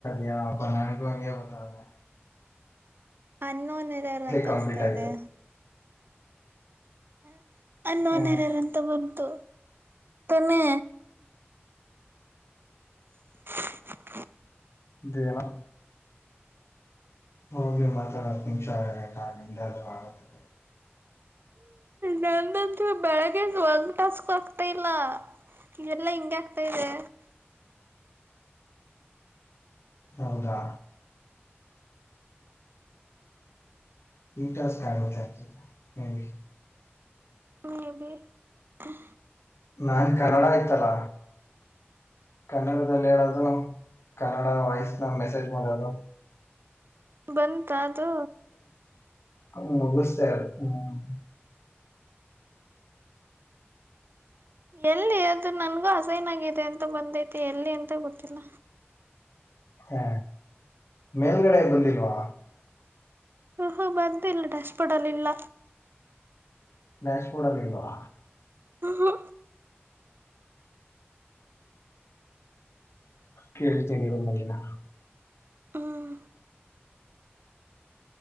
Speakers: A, on the left; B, on the right.
A: ಯಪ್ಪ ನನಗೂ ಹಾಗೆ ಬರ್ತಾ ಇದೆ
B: ಅನ್ನೋನ್ ಎರರ್ ಅಂತ ತೋರಿಸ್ತಾ
A: ಕಂಪ್ಲೀಟ್ ಆಯ್ತು
B: ಇದೇ <unintelligible> ಅನ್ನೋನ್
A: ಹ
B: ಎರರ್ ಅಂತ ಬಂತು ತಾನೇ <inaudible>
A: ಮತ್ತೇನೂ ಹೋಗಿ ಮಾತಾಡಿ ಹತ್ತು ನಿಮಿಷ ಆಗಲ್ಲ ಅಕ್ಕ ನಿಮ್ಮದು ಆದರೂ ಆಗುತ್ತೆ
B: ನನ್ನದಂತೂ ಬೆಳಗ್ಗೆ ಇಂದ ಒಂದು ಟಾಸ್ಕ್ ಆಗುತ್ ಇಲ್ಲ ಎಲ್ಲಾ ಹಿಂಗೇ ಆಗ್ತಾ ಇದೆ
A: ಹೌದಾ ಈ ಟಾಸ್ಕ್ ಆಗುತ್ತೆ ಅನ್ಸುತ್ತೆ ಮೆಬಿ
B: ಮೆಬಿ ಹ್ಮ್
A: ನಾನ್ ಕನ್ನಡ ಇತ್ತಲ್ಲ ಕನ್ನಡದಲ್ಲಿ ಹೇಳೋದು ಕನ್ನಡ ವಾಯ್ಸ್ ಮೆಸೇಜ್ ಮಾಡೋದು
B: ಬಂತ ಅದು
A: ಅದು ಮುಗಿಸದೆ ಹ್ಮ್ಮ್
B: ಎಲ್ಲಿ ಅದು ನನ್ಗೂ ಹಸೈನ್ ಆಗಿದೆ ಅಂತ ಬಂದೈತಿ ಎಲ್ಲಿ ಅಂತ ಗೊತ್ತಿಲ್ಲ
A: ಹಾ ಮೇಲ್ಗಡೆ ಬಂದಿಲ್ವಾ
B: ಹಾ ಹಾ ಬಂದ ಇಲ್ಲ ಡ್ಯಾಶ್ಬೋರ್ಡ್ ಅಲ್ ಇಲ್ಲ
A: ಡಾಸ್ ಬೋರ್ಡ್ ನಲ್ಲಿ ಇಲ್ವಾ
B: ಹೋ
A: ಕೇಳ್ತೀನಿ ಇರು <unintelligible>
B: ಹ್ಮ್